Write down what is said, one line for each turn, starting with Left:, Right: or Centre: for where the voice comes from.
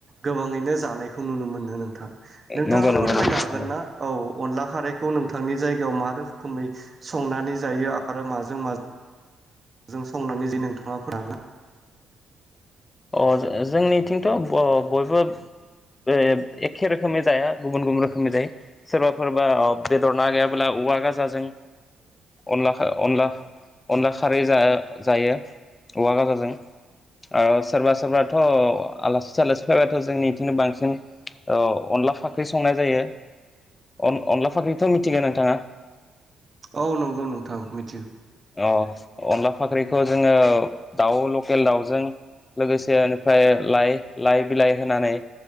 Right: गोबाङैनो जानायखौ नुनो मोन नो नोंथां नोंथाङा
Left: नंगौ नंगौ
Right: फोरमायनो
Left: नंगौ
Right: हागोन ना औ अनला खारैखौ नोंथांनि जायगायाव मा रोखोमै संनानै जायो आरो माजों माजों <inaudible> संनानै जे नोंथाङा <unintelligible>
Left: अ जों-जोंनिथिंथ' ओ ब-बयबो ए-एखे रोखोमनि जाया गुबुन गुबुन रोखोमनि जायो। सोरबाफोरबा अ बेदर ना गैयाब्ला औवा गाजाजों अनला खा अनला अनला खारै जा जायो औवा गाजाजों आरो सोरबा सोरबाथ' आलासि सालासि फैबाथ' जोंनि बिथिंनो बांसिन ओ अनला फाख्रि संनाय जायो। अन-अनला फाख्रिथ' मिथिगौ नोंथाङा।
Right: औ नंगौ नोंथां मिथिगौ।
Left: अ अनला फाख्रिखौ जोङो दाउ लकेल दाउजों लोगोसे इनिफ्राय लाइ लाइ बिलाइ होनानै